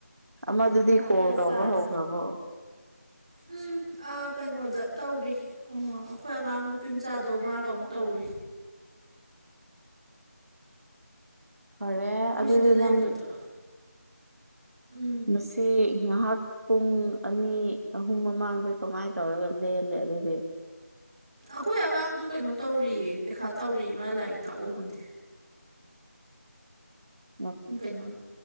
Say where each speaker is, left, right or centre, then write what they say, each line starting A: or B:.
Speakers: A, on the right (about 65°); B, on the right (about 25°).
A: ꯑꯃꯗꯨꯗꯤ
B: ꯉꯥꯏꯍꯥꯛ
A: ꯀꯣꯜ
B: ꯂꯩꯔ
A: ꯇꯧꯕ
B: ꯆꯥꯔꯁꯦꯅ
A: ꯍꯧꯈ꯭ꯔꯕꯣ
B: ꯎꯝ ꯎꯝ ꯑ ꯀꯩꯅꯣꯗ ꯇꯧꯔꯤ ꯑꯣ ꯑꯩꯈꯣꯏ ꯑꯉꯥꯡ ꯅꯨꯄꯤ ꯃꯆꯥꯗꯣ ꯃꯥꯒ ꯑꯃꯨꯛ ꯇꯧꯔꯤ
A: ꯐꯔꯦ
B: ꯑꯩꯈꯣꯏ
A: ꯑꯗꯨꯗꯤ
B: ꯁꯤꯗ ꯂꯩꯕꯗꯣ
A: ꯅꯪ
B: ꯎꯝ
A: ꯉꯁꯤ ꯉꯍꯥꯛ ꯄꯨꯡ ꯑꯅꯤ ꯑꯍꯨꯝ ꯃꯃꯥꯡꯗ ꯀꯃꯥꯏꯅ ꯇꯧꯔꯒ ꯂꯦꯜꯂꯦ ꯑꯗꯨꯗꯤ
B: ꯑꯩꯈꯣꯏ ꯑꯉꯥꯡꯗꯨ ꯀꯩꯅꯣ ꯇꯧꯔꯤꯌꯦ ꯄꯩꯈꯥ ꯇꯧꯔꯤ ꯃꯥ ꯂꯥꯏꯔꯤꯛ ꯇꯥꯛꯎꯕꯅꯦ
A: ꯎꯝ
B: ꯀꯩꯅꯣ